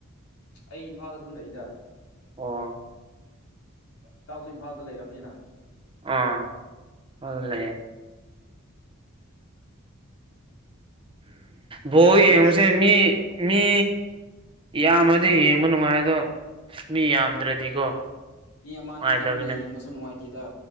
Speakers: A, on the left (about 80°); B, on the right (about 25°).
A: ꯑꯩ ꯏꯝꯐꯥꯜꯗ ꯑꯗꯨꯝ ꯂꯩꯗ꯫
B: ꯑꯣ꯫
A: ꯏꯇꯥꯎꯁꯨ ꯏꯝꯐꯥꯜꯗ ꯂꯩꯔꯝꯅꯤꯅ꯫
B: ꯑꯥ ꯑꯗ ꯂꯩꯌꯦ꯫ ꯕꯣꯜ
A: ꯀꯣꯂꯦꯖ
B: ꯌꯦꯡꯕꯁꯦ ꯃꯤ ꯃꯤ ꯌꯥꯝꯃꯗꯤ ꯌꯦꯡꯕ ꯅꯨꯡꯉꯥꯏ ꯑꯗꯣ ꯃꯤ ꯌꯥꯝꯗ꯭ꯔꯗꯤꯀꯣ
A: ꯃꯤ ꯑꯃꯅꯤꯗꯪꯗꯤ
B: ꯅꯨꯡꯉꯥꯏꯇꯕꯅꯦ
A: ꯌꯦꯡꯕꯁꯨ ꯅꯨꯡꯉꯥꯏꯇꯦꯗ